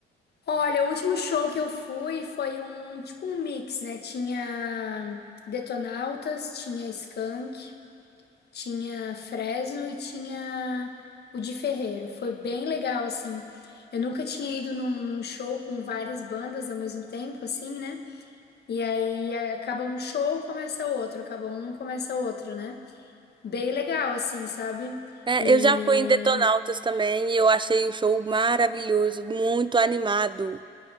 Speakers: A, on the left (about 55°); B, on the right (about 25°).
A: olha, o último show que eu fui foi um tipo um mix, né? Tinha Detonautas, tinha Skank. Tinha Fresno e tinha o de Ferreiro. Foi bem legal, assim. Eu nunca tinha ido num, num show com várias bandas ao mesmo tempo, assim, né? E aí a- acaba um show, começa outro, acaba um, começa outro, né? Bem legal, assim, sabe?
B: É,
A: E
B: eu já fui em Detonautas também e eu achei o show maravilhoso, muito animado.